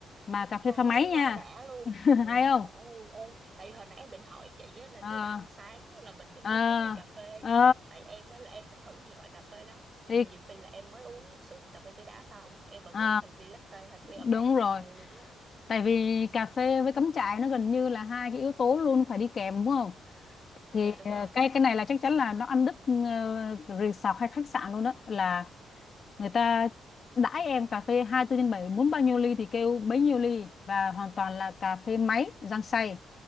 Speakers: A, on the left; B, on the right.
A: mà cà phê
B: Trời
A: pha
B: ơi,
A: máy
B: quá
A: nha
B: đã luôn.
A: <laughs>
B: Trời
A: hay
B: ơi, quá
A: không
B: đã luôn em. Tại vì hồi nãy em định hỏi chị á, là
A: ờ
B: thiếu bà ăn sáng á, là mình được
A: ờ
B: uống mấy ly cà phê.
A: ờ
B: Tại em á, là em thích thử nhiều loại cà phê lắm. Nhiều,
A: thì
B: nhiều khi là em mới uống sữa cà phê sữa đá xong, em vẫn
A: ờ,
B: uống thêm một ly latte hoặc ly americano
A: Đúng rồi.
B: luôn á.
A: Tại vì cà phê với cắm trại nó gần như là hai cái yếu tố luôn phải đi kèm đúng không? Thì
B: Dạ đúng
A: ờ,
B: rồi.
A: cái cái này là chắc chắn là nó ăn đứt ờ, resort hay khách sạn luôn đó là người ta đãi em cà phê hai tư trên bảy muốn bao nhiêu ly thì kêu bấy nhiêu ly và hoàn toàn là cà phê máy rang xay.